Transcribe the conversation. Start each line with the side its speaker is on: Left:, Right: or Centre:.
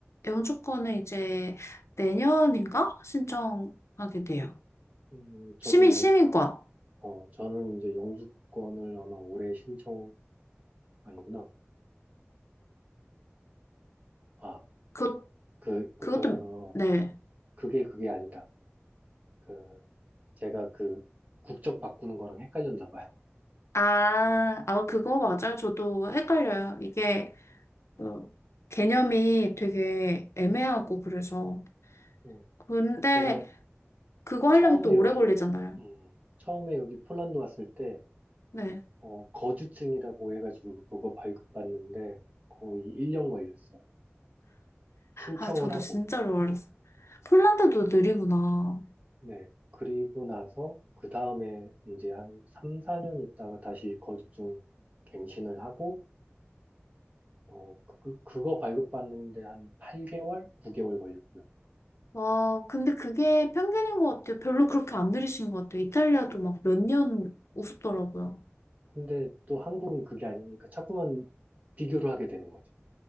Left: 영주권을 이제 내년인가 신청하게 돼요.
Right: 음, 저도
Left: 시민
Right: 영,
Left: 시민권.
Right: 어, 저는 이제 영주권을 아마 올해 신청, 아니구나. 아,
Left: 그
Right: 그, 그,
Left: 그것도
Right: 어,
Left: 네.
Right: 그게 그게 아니다. 그, 제가 그 국적 바꾸는 거랑 헷갈렸나 봐요.
Left: 아, 아, 그거 맞아요.
Right: 음,
Left: 저도 헷갈려요. 이게
Right: 음.
Left: 어, 개념이 되게 애매하고 그래서.
Right: 음.
Left: 근데
Right: 제가
Left: 그거 하려면
Right: 처음에
Left: 또
Right: 여기,
Left: 오래 걸리잖아요.
Right: 음, 처음에 여기 폴란드 왔을 때,
Left: 네.
Right: 어, 거주증이라고 해가지고 그거 발급받는데 거의 1년 걸렸어요. 신청을
Left: 아, 저도
Right: 하고,
Left: 진짜로 어렸어요. 폴란드도 느리구나.
Right: 네. 그리고 나서 그 다음에 이제 한 3, 4년 있다가 다시 거주증 갱신을 하고, 어, 그, 그거 발급받는데 한 8개월? 9개월 걸렸고요.
Left: 와, 근데 그게 편견인 것 같아요. 별로 그렇게 안
Right: 어,
Left: 느리신 것 같아요. 이탈리아도 막 몇 년 우습더라고요.
Right: 근데 또 한국은 그게 아니니까 자꾸만 비교를 하게 되는 거죠.